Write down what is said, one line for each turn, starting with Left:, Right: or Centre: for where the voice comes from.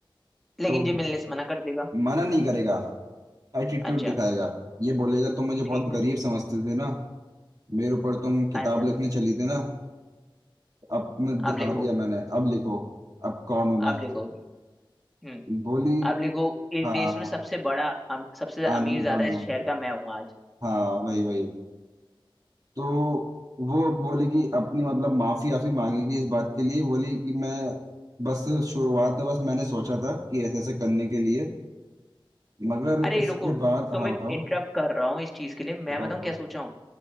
Centre: लेकिन
Right: तो
Centre: ये मिलने से मना कर देगा
Right: मना नहीं करेगा एटीट्यूड
Centre: अच्छा
Right: दिखाएगा ये बोलेगा तुम मुझे बहुत
Centre: ठीक है
Right: गरीब समझते थे ना मेरे ऊपर तुम
Centre: अच्छा
Right: किताब लिखने चली थी ना अब तुमने दिखा
Centre: अब लिखो
Right: दिया मैंने अब लिखो अब कौन हूं मैं
Centre: अब लिखो हम्म
Right: बोली
Centre: अब लिखो इस
Right: हाँ
Centre: देश में सबसे बड़ा अम, सबसे अमीर
Right: आदमी
Centre: ज्यादा
Right: कौन है
Centre: इस शहर का मैं हूँ आज
Right: हाँ वही वही तो वो बोले कि अपनी मतलब माफी आफी मांगेगी इस बात के लिए बोली कि मैं बस शुरुआत में बस मैंने सोचा था कि ऐसे ऐसे करने के लिए मगर उसके
Centre: अरे रुको
Right: बाद
Centre: तुम्हें
Right: हाँ बताओ
Centre: इंटरप्ट कर रहा हूँ इस चीज के लिए मैं
Right: बताओ
Centre: बताऊँ
Right: बताओ
Centre: क्या सोचा हूँ